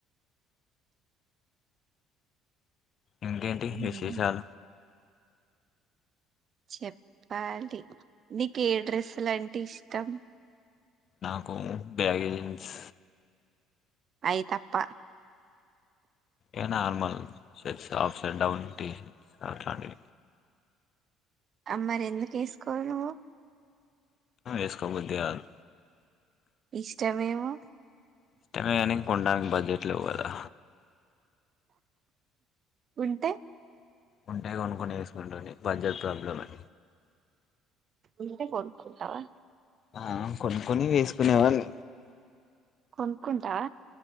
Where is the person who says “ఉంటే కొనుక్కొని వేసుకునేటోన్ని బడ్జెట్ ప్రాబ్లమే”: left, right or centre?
Left